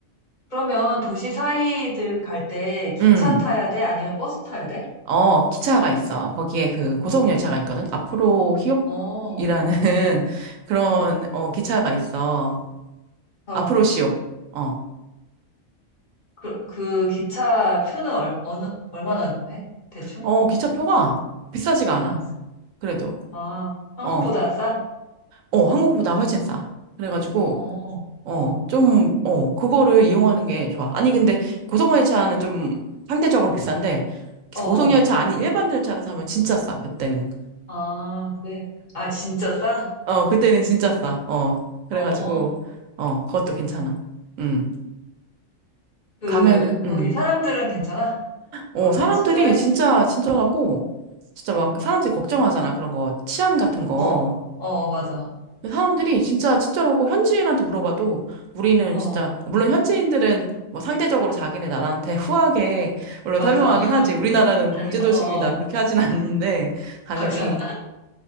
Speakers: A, on the left (about 40°); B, on the right (about 85°).
A: 그러면 도시 사이들 갈 때 기차
B: 음,
A: 타야 돼? 아니면 버스 타야 돼?
B: 어, 기차가 있어. 거기에 그 고속열차가 있거든. 앞으로 히읗이라는
A: 어,
B: <laughs> 그런,
A: 어.
B: 어, 기차가 있어.
A: 어.
B: 앞으로 시옵. 어,
A: 그, 그 기차 표는 얼, 어느, 얼마나 해? 대충?
B: 어, 기차표가 비싸지가 않아.
A: 응.
B: 그래도,
A: 아, 한국보다
B: 어,
A: 싸?
B: 어, 한국보다 훨씬 싸. 그래가지고,
A: 어,
B: 어,
A: 어,
B: 좀, 어, 그거를 이용하는 게 좋아. 아니, 근데 고속열차는 좀 상대적으로 비싼데,
A: 어,
B: 고속열차
A: 어.
B: 아닌 일반 열차를 타면 진짜 싸, 그때는.
A: 아, 그래. 아, 진짜 싸?
B: 어, 그때는 진짜 싸. 어, 그래가지고,
A: 어,
B: 어, 그것도 괜찮아. 음,
A: 그,
B: 가면은, 음.
A: 거기 사람들은 괜찮아?
B: 어,
A: 어때?
B: 사람들이
A: 친절해?
B: 진짜 친절하고, 진짜
A: 어,
B: 막
A: 어,
B: 사람들이 걱정하잖아. 그런 거, 치안 같은 거.
A: 어, 어, 맞아.
B: 사람들이 진짜 친절하고 현지인한테 물어봐도 우리는
A: 어,
B: 진짜 물론 현지인들은 뭐 상대적으로 자기네 나라한테 <laughs> 후하게 물론
A: 맞아.
B: 설명하긴 하지 우리나라는
A: <laughs>
B: 범죄 도시입니다
A: 어, 어,
B: 그렇게 하진 않는데 당연히
A: 맞아.